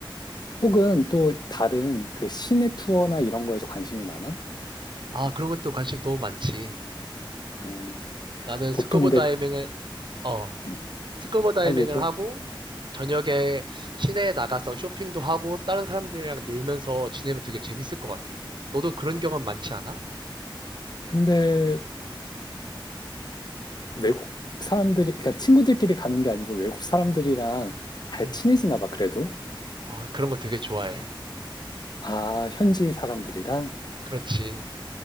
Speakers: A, on the left; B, on the right.
A: 혹은 또 다른 그 시내 투어나 이런 거에도 관심이 많아?
B: 아, 그런 것도 관심 너무 많지.
A: 음,
B: 나는
A: 보통
B: 스쿠버
A: 근데
B: 다이빙을, 어,
A: 음,
B: 스쿠버 다이빙을
A: 아 얘기해.
B: 하고, 저녁에 시내에 나가서 쇼핑도 하고, 다른 사람들이랑 놀면서 지내면 되게 재밌을 것 같아. 너도 그런 경험 많지 않아?
A: 근데 외국 사람들이, 그러니까 친구들끼리 가는 게 아니고 외국 사람들이랑 잘
B: 음.
A: 친해지나 봐, 그래도.
B: 아, 그런 거 되게 좋아해.
A: 아, 현지 사람들이랑.
B: 그렇지.